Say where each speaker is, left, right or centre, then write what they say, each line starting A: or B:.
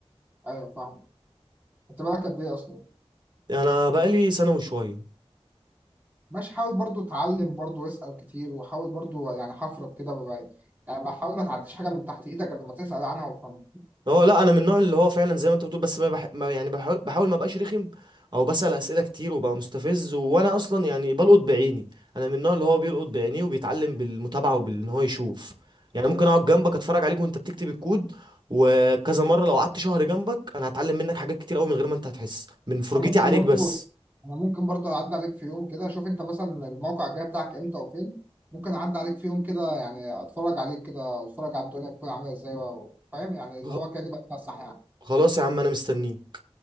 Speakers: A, on the right (about 15°); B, on the right (about 45°).
A: ايوه فاهم انت بالك قد ايه اصلا
B: انا بقالي سنه وشويه
A: ماشي حاول برضو تعلم برضو واسال كتير وحاول برضو يعني حفرك كده بقى يعني ما حاول ما تعديش حاجه من تحت ايدك غير لما تسال عنها وفهمها
B: هو لا انا من النوع اللي هو فعلا زي ما انت بتقول بس ما بح... ما يعني بحاول بحاول ما ابقاش رخم او بسأل اسئله كتير وبقى مستفز وانا اصلا يعني بلقط بعيني انا من النوع اللي هو بيلقط بعينيه وبيتعلم بالمتابعه وبان هو يشوف يعني ممكن اقعد جنبك اتفرج عليك وانت بتكتب الكود وكذا مره لو قعدت شهر جنبك انا هتعلم منك حاجات كتير قوي من غير ما انت هتحس من فرجتي
A: انا ممكن
B: عليك
A: برضو
B: بس
A: انا ممكن برضه اعدي عليك في يوم كده اشوف انت مثلا الموقع الجاي بتاعك امتى وفين ممكن اعدي عليك في يوم كده يعني اتفرج عليك كده واتفرج على الدنيا بتكون عامله ازاي و- فاهم يعني اللي
B: خ-
A: هو كاني بتفسح يعني
B: خلاص يا عم انا مستنيه